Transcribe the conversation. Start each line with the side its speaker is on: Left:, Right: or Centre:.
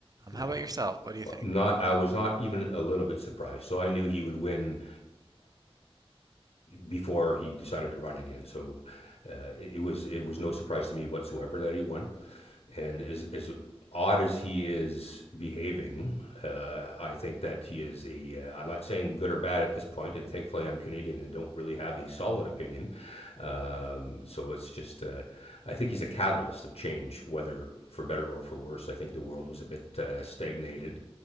Right: Um, how
Left: No,
Right: about yourself? What do you think?
Left: not. I was not even a little bit surprised. So I knew he would win before he decided to run again. So uh, it, it was it was no surprise to me whatsoever that he won. And as, as odd as he is behaving, uh, I think that he is a. Uh, I'm not saying good or bad at this point, and thankfully I'm Canadian and don't really have a solid opinion. Um,
Right: Mhm,
Left: so it's just, uh, I think he's a catalyst of change, whether for better or for worse. I think the world was a bit uh, stagnated,